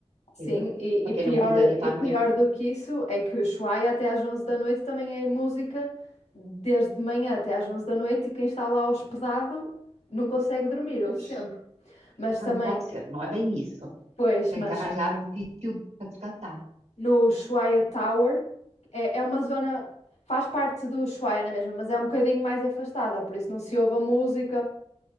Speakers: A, on the left; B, on the right.
A: Sim,
B: digo eu.
A: e,
B: Para
A: e
B: quem
A: pior,
B: não quiser ir para
A: e pior
B: a noite,
A: do que isso é que o Ushuaia até às 11 da noite também é música desde de manhã até às 11 da noite e quem está lá hospedado não consegue dormir,
B: pois,
A: ouve sempre. Mas
B: tá,
A: também,
B: não pode ser, não é bem isso.
A: pois,
B: Tem
A: mas
B: que arranjar um sítio para descansar.
A: no Ushuaia Tower é, é uma zona, faz parte do Ushuaia na mesma, mas é um bocadinho mais afastada, por isso não se ouve a música.